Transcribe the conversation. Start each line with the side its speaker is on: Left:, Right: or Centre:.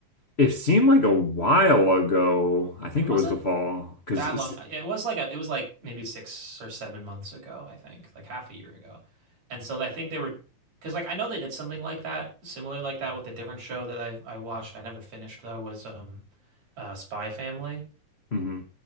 Left: it seemed like a while ago. I think
Right: It wasn't
Left: it was the fall because
Right: that
Left: it's
Right: long. uh, It was like a, it was like maybe six or seven months ago, I think, like half a year ago. And so I think they were, because like I know they did something like that, similar like that with a different show that I I watched. I never finished though, was um uh Spy Family.
Left: mhm.